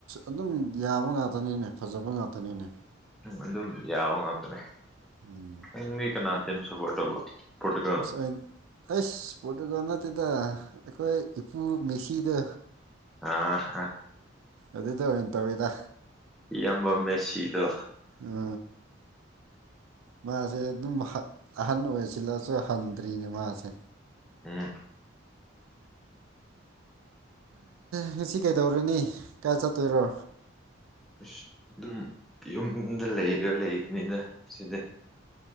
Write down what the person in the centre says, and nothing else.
ꯎꯝ ꯑꯗꯨꯝ ꯌꯥꯕ ꯉꯥꯛꯇꯅꯦ
ꯅꯪꯗꯤ ꯀꯅꯥꯗꯝ ꯁꯞꯄꯣꯔꯠ ꯇꯧꯕ ꯄꯣꯔꯇꯨꯒꯜ
ꯑꯥꯍꯥ
ꯏꯕ ꯃꯦꯁꯤꯗꯣ
ꯎꯝ
ꯑꯁ ꯑꯗꯨꯝ ꯌꯨꯝꯗ ꯂꯩꯔ ꯂꯩꯕꯅꯤꯅ ꯁꯤꯁꯦ